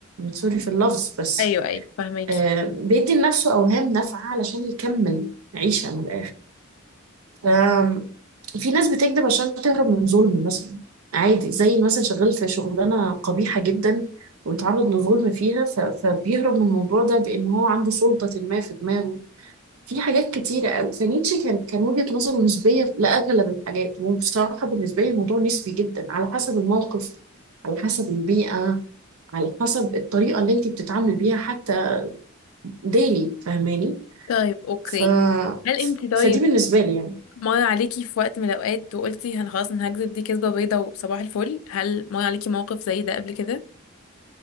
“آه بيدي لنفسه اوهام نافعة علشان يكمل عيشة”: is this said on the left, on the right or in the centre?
Right